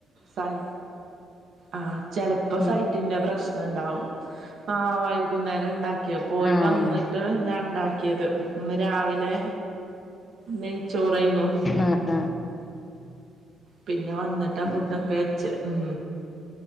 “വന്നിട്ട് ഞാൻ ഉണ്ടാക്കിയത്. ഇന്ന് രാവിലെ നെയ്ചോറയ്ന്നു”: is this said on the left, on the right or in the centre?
Right